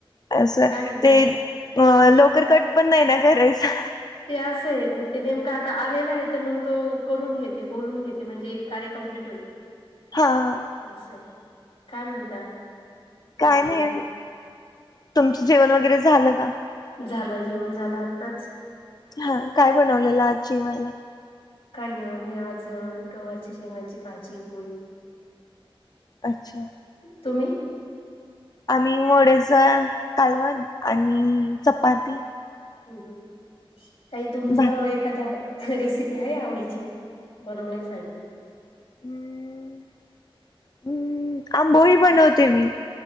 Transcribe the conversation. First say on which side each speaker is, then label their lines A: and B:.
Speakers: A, on the left; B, on the left.
A: असं
B: काय म्हणता?
A: ते अ लवकर कट पण नाही ना, करायचा.
B: ते असं आहे ते नेमकं आता आलेलं आहे तर मग तो करून घेते, बोलून घेते म्हणजे एक कार्य कमप्लीट होईल. <inaudible>
A: हा, हा
B: तस आहे, काय म्हणता?
A: काय
B: बाकी?
A: नाही? तुमचं जेवण वगैरे झालं का?
B: झालं जेवण झालं आत्ताच,
A: हा काय बनवलेलं आज जेवायला?
B: काही नाही आम्ही आज गवारच्या शेंगची, भाजी पोळी,
A: अच्छा!
B: तुम्ही,
A: आम्ही मोडेचा कालवण आणि चपाती
B: ह् काही तुमचं
A: भात वगैरे.
B: एखादा, रेसिपी आहे. आवडीची बनवण्यासारखी,
A: हम् हम्म आंबोळी बनवते मी,